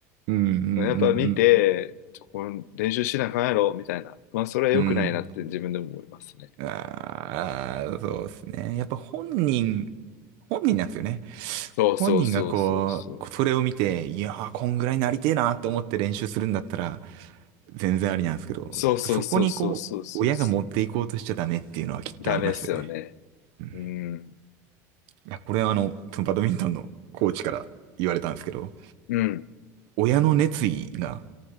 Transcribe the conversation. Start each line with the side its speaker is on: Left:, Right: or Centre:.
Right: うんうんう
Left: やっぱ見て、
Right: ん
Left: ちょこれ練習しなあかんやろ、みたいな。まあ、それは良くないなって自分でも思いますね。
Right: うん。うん。ああ、そうですね。やっぱ本人、本人なんですよね。
Left: そうそうそうそうそう。
Right: 本人がこう、こうそれを見て、いやー、こんぐらいなりてえなと思って練習するんだったら、全然ありなんですけど、
Left: そうそうそうそうそうそうそう。
Right: そこにこう、親が持っていこうとしちゃダメっていうのはきっとありますよね。
Left: ダメっすよね。
Right: うん。い
Left: うん。
Right: や、これはあの、そのバドミントンのコーチから言われたんですけど、
Left: うん。
Right: 親の熱意が